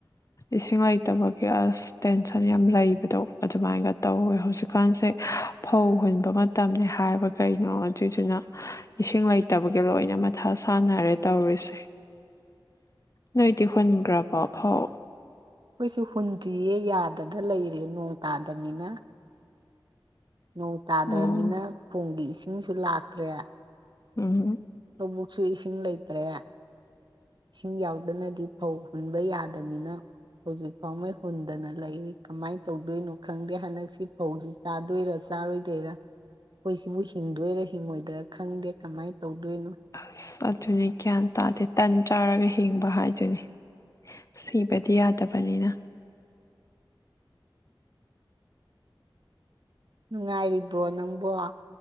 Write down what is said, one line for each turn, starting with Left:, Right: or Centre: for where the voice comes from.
Left: ꯏꯁꯤꯡ ꯂꯩꯇꯕꯒꯤ ꯑꯁ ꯇꯦꯟꯁꯟ ꯌꯥꯝ ꯂꯩꯕꯗꯣ ꯑꯗꯨꯃꯥꯏꯅꯒ ꯇꯧꯋꯦ ꯍꯧꯖꯤꯛꯀꯥꯟꯁꯦ ꯐꯧ ꯍꯨꯟꯕ ꯃꯇꯝꯅꯤ ꯍꯥꯏꯕ ꯀꯩꯅꯣ ꯑꯗꯨꯏꯗꯨꯅ ꯏꯁꯤꯡ ꯂꯩꯇꯕꯒꯤ ꯂꯣꯏꯅ ꯃꯊꯥ ꯁꯥꯟꯅꯔꯦ ꯇꯧꯔꯤꯁꯦ ꯅꯣꯏꯗꯤ ꯍꯨꯟꯈ꯭ꯔꯕꯣ ꯐꯧ
Right: ꯑꯩꯈꯣꯏꯁꯨ ꯍꯨꯟꯗ꯭ꯔꯤꯌꯦ ꯌꯥꯗꯗ ꯂꯩꯔꯦ ꯅꯣꯡ ꯇꯥꯗꯅꯤꯅ ꯅꯣꯡ ꯇꯥꯗ꯭ꯔꯃꯤꯅ
Left: ꯑꯣ
Right: ꯀꯨꯝꯒꯤ ꯏꯁꯤꯡꯁꯨ ꯂꯥꯛꯇ꯭ꯔꯦ
Left: ꯎꯝ
Right: ꯂꯧꯕꯨꯛꯁꯨ ꯏꯁꯤꯡ ꯂꯩꯇꯔꯦ ꯏꯁꯤꯡ ꯌꯥꯎꯗꯅꯗꯤ ꯐꯧ ꯍꯨꯟꯕ ꯌꯥꯗꯃꯤꯅ ꯍꯧꯖꯤꯛ ꯐꯥꯎꯉꯩ ꯍꯨꯟꯗꯅ ꯂꯩꯔꯤ ꯀꯃꯥꯏꯅ ꯇꯧꯗꯣꯏꯅꯣ ꯈꯪꯗꯦ ꯍꯟꯗꯛꯁꯤ ꯐꯧꯁꯤ ꯆꯥꯗꯣꯏꯔꯥ ꯆꯥꯔꯣꯏꯗꯣꯏꯔꯥ ꯑꯩꯈꯣꯏ ꯁꯤꯕꯨ ꯍꯤꯡꯗꯣꯏꯔꯥ ꯍꯤꯡꯉꯣꯏꯗꯣꯏꯔꯥ ꯈꯪꯗꯦ ꯀꯃꯥꯏꯅ ꯇꯧꯗꯣꯏꯅꯣ
Left: ꯑꯁ ꯑꯗꯨꯅꯤ ꯒ꯭ꯌꯥꯟ ꯇꯥꯗꯦ ꯇꯟ ꯆꯥꯔꯒ ꯍꯤꯡꯕ ꯍꯥꯏꯗꯨꯣꯏꯅꯤ ꯁꯤꯕꯗꯤ ꯌꯥꯗꯕꯅꯤꯅ
Right: ꯅꯨꯡꯉꯥꯏꯔꯤꯕꯣ ꯅꯪꯕꯣ